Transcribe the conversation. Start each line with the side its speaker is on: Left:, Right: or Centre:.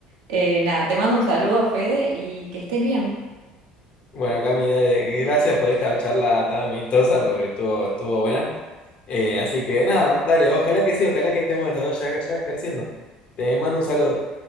Right: Eh, nada, te mando un saludo, Fede, y que estés bien.
Left: Bueno, Cami, dale, gracias por esta charla tan amistosa porque estuvo, estuvo buena. Eh, así que nada, dale, ojalá que sí, ojalá que estemos los dos ya, ya ejerciendo. Te mando un saludo.